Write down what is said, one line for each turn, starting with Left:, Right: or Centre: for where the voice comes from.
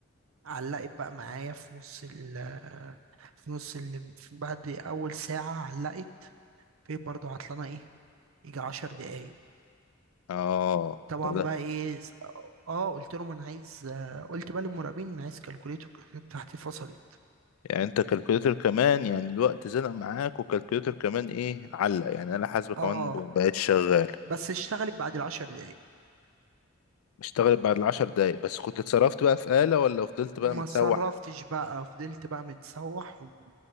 Right: علقت بقى معايا في نص ال في نص ال في- بعد أول ساعة علقت في برضه عطلانة ايه يجي عشر دقايق
Left: اه
Right: طبعا
Left: ده ده
Right: بقى ايه س- اه قلت لهم انا عايز آه، قلت بقى للمراقبين انا عايز كالكوليتور بتاعتي فصلت
Left: يعني انت كالكوليتر كمان يعني الوقت زنق معاك وكالكوليتر كمان ايه علق يعني انا حاسبة كمان
Right: اه
Left: ب- بقيت شغال
Right: بس اشتغلت بعد العشر دقايق
Left: اشتغلت بعد العشر دقايق بس كنت اتصرفت بقى في آلة ولا فضلت بقى
Right: ما
Left: متسوح
Right: اتصرفتش بقى فضلت بقى متسوح و...